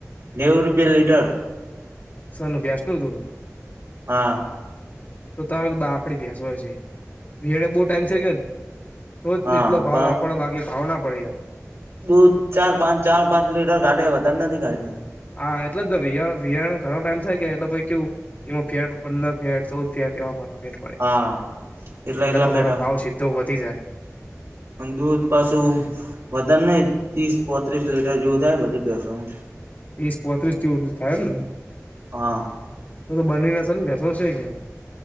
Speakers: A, on the right (about 60°); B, on the left (about 35°).
A: નેવું રૂપિયા લીટર.
B: શાનું? ભેંસનું દૂધ?
A: હા.
B: તો તમે <unintelligible> ભેંસો છે. વિહાણે બહુ ટાઈમ થઈ ગયોન? તો જ
A: હા
B: એટલો ભાવ
A: પણ
B: આપણે બાકી ભાવ ના પડે યાર.
A: દૂધ ચાર-પાંચ, ચાર-પાંચ લીટર કાઢે, વધારે નથી કાઢતી.
B: હા એટલે જ તો વિહર વિહાણે ઘણોટાઈમ થઈ ગયો એટલે પહીં કેવું એમાં ફેટ પંદર ફે ચૌદ ફેેટ
A: હા
B: <unintelligible>
A: એટલા
B: એટલે
A: એટલા
B: તમારો
A: પેટ
B: ભાવ સી ધો વધી જાય.
A: અન દૂધ પાસું વધારે નહીં, તીસ પાંત્રીસ લીટર જેવું થાય બધી ભેંસોનું.
B: વીસ પોત્રીસ જેવું જ થાય એમને.
A: હા
B: તો-તો <unintelligible>